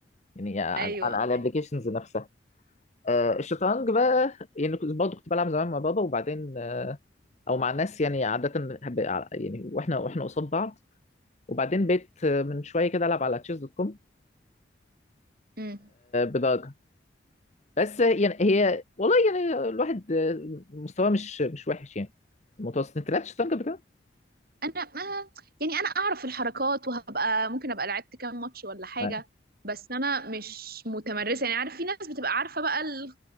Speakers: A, on the left (about 40°); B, on the right (about 55°).
A: يعني على
B: ايوه
A: على
B: ايوه
A: الابلكيشنز نفسها آه، الشطرنج بقى يعني كنت برضه كنت بلعب زمان مع بابا وبعدين آه، او مع الناس يعني عاده حب... ع- يعني واحنا واحنا قصاد بعض وبعدين بقيت آه، من شويه كده العب على تشيز دوت كوم
B: امم
A: بدرجه بس آه، يعني هي والله يعني الواحد آه، مستواه مش مش وحش يعني متوسط انت لعبت شطرنج قبل كده؟
B: انا ما يعني انا اعرف الحركات وهبقى ممكن ابقى لعبت كام ماتش ولا حاجه
A: آه،
B: بس انا مش متمرسه يعني عارف في ناس بتبقى عارفه بقى ال-